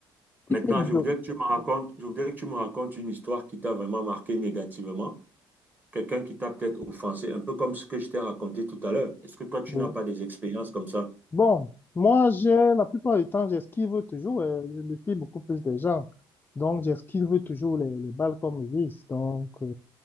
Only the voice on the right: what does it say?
Maintenant, je
voudrais que tu me racontes, je voudrais que tu me racontes une histoire qui t'a vraiment marqué négativement quelqu'un qui t'a peut-être offensé, un peu comme ce que je t'ai raconté tout à l'heure. Est-ce que toi, tu
n'as pas des expériences comme ça?